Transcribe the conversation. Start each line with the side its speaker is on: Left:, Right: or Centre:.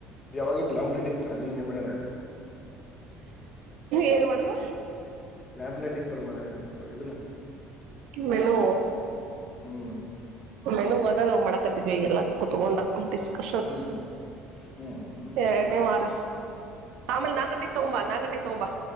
Left: ಯಾವಾಗತ್ತು ಲಾಂಪ್ ಲಟಿಗೆ ಪ್ರ್ಯಾಲಿಂಗ್ ಏನ್ ಮಾಡ್ಯಾರ
Right: ಏನ್ ಮಾಡುವ
Left: ಲ್ಯಾಂಪ್ ಲೈಟಿಂಗ್ ಪರ್ಮಾನಂ ಇನ್ನ
Right: ಮೆನು
Left: ಹ್ಮ್
Right: ಮೆನು ಹದ ಮಾಡಕ ಎಲ್ಲ ಕುೂತ್ಕೊಂಡೊಂಡ ಡಿಿಸ್ಕಷನ್
Left: ಹ್ಮ್ ಹ್ಮ್ ಹ್ಮ್
Right: ಏಳನೇ ವಾರ ಹಾಮ ನ ಕಟ್ಟಿ ತೋಂಬಾ ನ ಕಟ್ಟ ತೋಂಬಾ